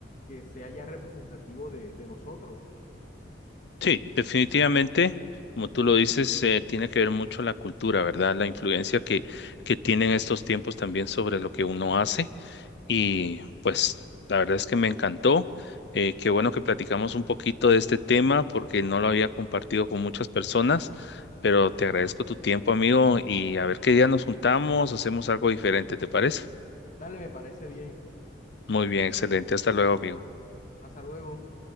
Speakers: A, on the left; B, on the left.
A: que sea ya representativo de, de nosotros.
B: sí, definitivamente, como tú lo dices, eh, tiene que ver mucho la cultura, ¿verdad? La influencia que, que tienen estos tiempos también sobre lo que uno hace. Y pues la verdad es que me encantó. Eh, qué bueno que platicamos un poquito de este tema porque no lo había compartido con muchas personas, pero te agradezco tu tiempo, amigo, y a ver qué día nos juntamos, hacemos algo diferente, ¿te parece?
A: Dale, me parece bien.
B: Muy bien, excelente. Hasta luego, amigo.
A: Hasta luego.